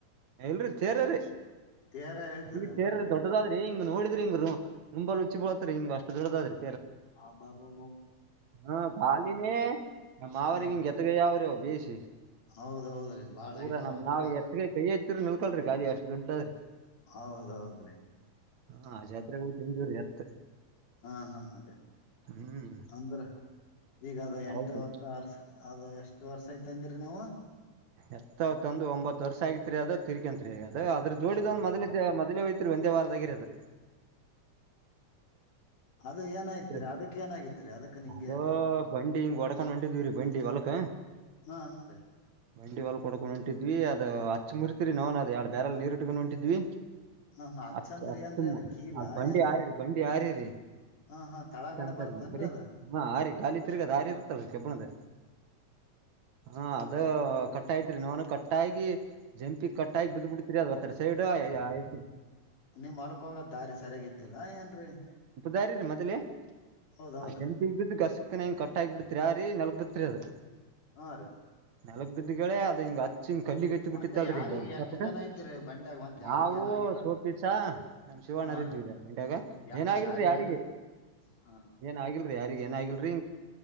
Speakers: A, on the right; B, on the left.
A: ಇಲ್ರಿ ತೇರ ರ್ರೀ
B: ತೇರ ಹೇಳ್ತದೇನ್ರೀ
A: ಇಲ್ಲಿ ತೇರ್
B: ಅಲ್ಲಿ
A: ರಿ ದೊಡ್ಡದಾದ್ರಿ. ಹ ನೋಡಿದ್ರಿಂಗ ಬ್ರೋ ರೂಬಾಲ ಹುಚ್ಚಿ ಬುಳತರಿ ಹಿಂಗ ಅಷ್ಟ ದೊಡ್ಡದಾದ್ರಿ.
B: ಹ ಬಬಾಬಾ
A: ಹ್ಮ ಬಾಲಿನೇ ನಮ್ಮ ಮಾವರಿಗಿ
B: ಹ
A: ಇಂಗ ಎತಗಯಿ ಯಾವ ರಿ ಅವ ಬೇಯಿಸಿ
B: ಹೌದೌದ್ರಿ ಬಾಳ
A: ಊರ
B: ಹೈಟ್
A: ನಮ
B: ಅವನ್ರಿ
A: ಮಾವ್
B: ಈಗ
A: ಎತ್ತಗ ಕೈಯ ಐತಿರಿ ನಿಲ್ಕಲ್ರಿ ಗಾಲಿ ಅಷ್ಟ್ ದುಡ್ಡದ್ರರಿ.
B: ಹೌದೌದ್ರೀ.
A: ಹಾ ಜಾತ್ರೆಗ ಹೋಗಿ ತಂದವರಿ ಎತ್ತು.
B: <unintelligible>
A: ಹ್ಮ್
B: ಅಂದ್ರ ಈಗ ಅದು ಎಂಟು
A: ಹೌದ್
B: ಹತ್ತು ವರ್ಷ ಅದು ಎಷ್ಟು ವರ್ಷ ಐತಿ ಅಂದಿರಿ ನೀವು.
A: ಎತ್ತು ಅವು ತಂದು ಒಂಬತ್ತು ವರ್ಷ ಆಗಿತಿರಿ ಅದ ತೀರಿಕಂತರಿ ಹದು ಅ ಅದ್ರ ಜೋಡಿದ
B: ಒಂಬತ್ತು
A: ಒಂದು ಮೊದಲಿಂದ
B: ವರ್ಷ.
A: ಮೊದಲೇ ಹೋಗ್ತಿರಿ ಒಂದೇ ವಾರದಗರದು.
B: <inaudible> ಅದ ಏನಾಗತಿರಿ
A: ಅದು
B: ಅದಕ್ಕ ಏನಾಗಿತಿರಿ ಅದಕ್ಕನೂ ಹಿಂಗೆ
A: ಅದು
B: ಹ್ಮ್
A: ಬಂಡಿ ಹಿಂಗ್ ಹೊಡ್ಕೊಂಡ್ ಹೊಂಟಿದ್ವಿರಿ ಬಂಡಿ ಹೊಲಕ
B: ಅಷ್ಟೇ
A: ಬಂಡಿ ಹೊಲಕ ಹೊಡಕೊಂಡು ಹೊಂಟಿದ್ವಿ ಅದ ಹಚ್ಚ ಮುರಿತಿರಿ ನಾವನ ಅದು ಎರಡ್ ಬ್ಯಾರೆಲ್ಲ ಅಲ್ಲಿ ನೀರು ಇಟ್ಕೊಂಡು ಹೊಂಟಿದ್ವಿ
B: ಹಾ ಹಾ ಹಚ್ಚಂದ್ರ
A: ಅ ಅಚ್ಚ
B: ಏನ್ರೀ ಅದ್ ಕೀಲ
A: ಆ ಬಂಡಿ
B: ಏನ್ರೀ
A: ಯಾರಿ ಬಂಡಿ ಯಾರರಿರಿ
B: ಹಾ ಹಾ ತಳಗಡೆ
A: ಅಂತಾರೆ
B: ಬರ್ತನ್ರಿ
A: ನಮ್ಮ ಕಡೆ
B: ಅದ
A: ಹಾ ಹಾರಿ ಗಾಲಿ ತಿರುಗದ ಆರಿ ಇರುತ್ತಲರಿ ಕೆಬ್ಬಣದ ಹಾ ಅದು ಕಟ್ಟೈತ್ರಿ ನವನು ಕಟ್ಟಾಗಿ ಜಂಪಿಗ್ ಕಟ್ಟಾಗಿ ಬಿದ್ದ ಬಿಡ್ತೀರಿ ಅದ್ ಒತ್ತಟೆ ಸೈಡು ಐತಿ
B: ನೀಮ್ ಹೊಲ್ಕ್ ಹೋಗದ ದಾರಿ ಸರಿಯಾಗ ಇದ್ದಿಲ್ಲಾ ಏನ್ರೀ
A: ಯಾರಿದು ಮದುವೆ
B: ಹೌದೌದ್ರಿ
A: ಆ ಜಂಪಿಗ್ ಬಿದ್ದು ಕಸುಕನೆ ಕಟ್ ಆಗಿ ಬಿಡ್ತರಿ ಆರಿ ನೆಲಕ ಬಿದ್ದ ಬಿಡ್ತರಿ ಅದು
B: ಹಾ ರೀ
A: ನೆಲ್ಕ ಬಿದ್ದಗಳೇ ಅದು ಹಿಂಗ ಹಿಂಗ್ ಕಲ್ಲಿಗೆ ಅತ್ತ ಬಿಟ್ಟಿತ್ತಲ್ರಿ
B: ಮತ್ತೆ ಯಾರಿಗ್
A: ಹಿಂಗ
B: ಎಷ್ಟ್
A: ಸಪಟ್ಟ
B: ಜನ ಇದ್ರಿ ಬಂಡ್ಯಾಗ್ ಮತ್ತ್ ಯಾರಿಗ್
A: ನಾವು
B: ಏನ್ ಆಗಿಲ್ಲಲ್?
A: ಸೋಪಿಸ ನಮ ಶಿವಣರಿದ್ವಿ
B: ಹಾ ರೀ
A: ಆ ಬಂಡೆಗ
B: ಯಾ
A: ಏನ ಆಗಿಲ್ರಿ
B: ಯಾರಿಗ್
A: ಯಾರಿಗೆ
B: ಏನ್ ಹಾ
A: ಏನ ಆಗಿಲ್ರಿ ಯಾರಗ ಏನ ಆಗಲ್ರರಿ